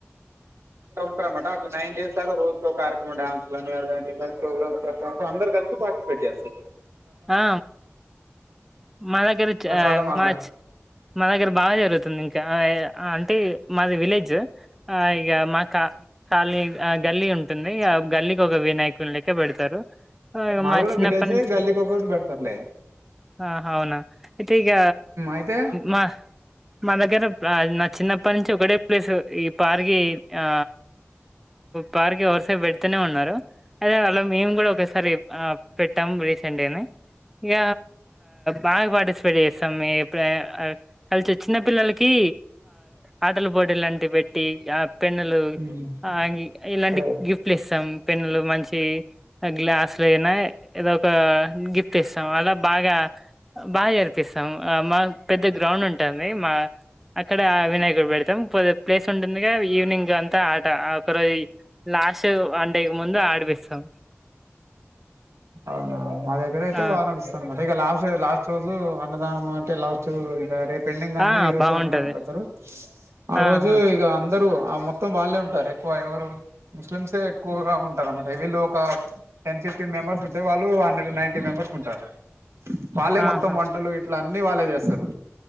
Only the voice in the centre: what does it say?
ఆ మా దగ్గర చ
మార్చ్ మా దగ్గర బాగా జరుగుతుంది. ఇంకా అంటే మాది విలేజ్ ఆ ఇగ మాకా కాలని ఆ గల్లీ ఉంటుంది. ఆ గల్లికొక వినాయకున్లెక్క పెడతారు. ఆ! ఇగ
మా
చిన్నప్పటి
నుంచి
ఆహా అవునా అయితే ఈగ
మా మా దగ్గర నా చిన్నప్పటి నుంచి ఒకటే ప్లేస్ ఈ పార్కి ఆ పార్కి ఎవరిసేపు పెడితనే ఉన్నారు అదే వాళ్ళ మేము గూడా ఒకసారి ఆ పెట్టాం రే అంటేనే ఇగ బాగ పటిస్పే ప్రిపేర్ చేస్తాం. మే ఎప్పు కలిసి వచ్చిన పిల్లలకి ఆటల పోటీలు ఆంటీవి పెట్టి పెన్నులు
అంగి ఇలాంటి
గిఫ్ ప్లిస్తాం పెన్నులు మంచి గ్లాస్లు అయినా ఏదో గిఫ్టీస్తాం అలా బాగా బాగా జరిపిస్తాం మా పెద్ద గ్రౌండ్ ఉంటంది. మా అక్కడ వినాయకుడ్ని పెడతాం. కొద్దిగ ప్లేస్ ఉంటుందిగా ఈవినింగ్ అంతా ఆట ఒకరోజు లాస్ట్ ముందు ఆడపిస్తాం
ఆ
ఆ
బాగుంటది
ఆహా
ఆహా